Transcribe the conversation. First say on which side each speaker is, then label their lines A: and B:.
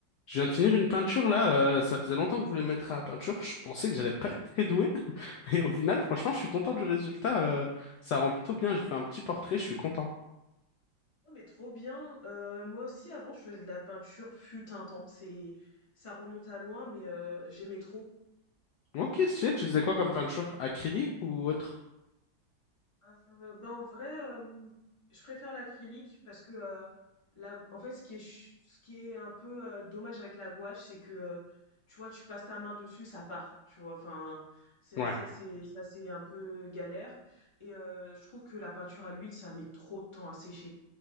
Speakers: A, on the left; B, on the left.
A: Je viens de finir une peinture là, euh, ça faisait longtemps que je voulais me mettre à la peinture, je pensais que j'allais pas être très doué, <laughs> mais au final franchement je suis content du résultat, euh, ça rend plutôt bien, j'ai fait un petit portrait, je suis content.
B: Oh, mais trop bien. Euh, moi aussi, avant, je faisais de la peinture, fut un temps. C'est, ça remonte à loin, mais euh, j'aimais trop.
A: Ok, stylé, tu faisais quoi comme peinture? Acrylique ou autre?
B: Heu, ben, en vrai, hem, je préfère l'acrylique parce que, heu, la en fait, ce qui est ch ce qui est un peu, heu, dommage avec la gouache, c'est que, heu, tu vois, tu passes ta main dessus, ça part, tu vois? Enfin, c'est
A: Ouais,
B: ça c'est ça c'est un peu galère et heu, je trouve que la peinture à l'huile, ça met trop de temps à sécher.